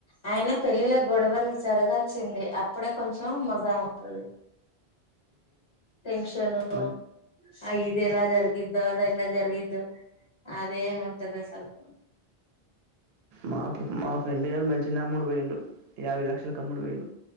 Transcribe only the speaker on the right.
మ
మాకు మాక్ రెండియలు మంచి అమ్ముడు పోయిండు యాబైలక్షలలకు అమ్ముడు పోయిండు